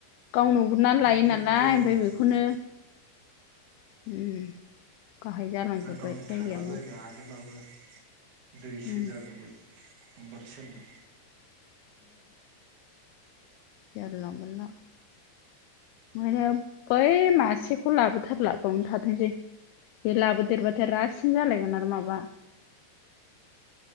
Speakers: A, on the left; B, on the right.
A: गावनो उरनानै
B: बिदि
A: लायो नालाय
B: नंद्रायामोन
A: ओमफ्राय
B: ना बे
A: बेखौनो
B: जायगाया
A: उम। गाहाय जालांजोब्बाय
B: आरो गावनि
A: जायगायानो
B: थाग्रा जायगाया आगोलनाबो। दैसो
A: उम
B: जाजोबो। <inaudible>
A: जारला मोनला ओे बै मासेखौ लाबोथारला बावनो थाथोंसै बे लाबोदेरबाथाय रासिन जालायगोन आरो माबा।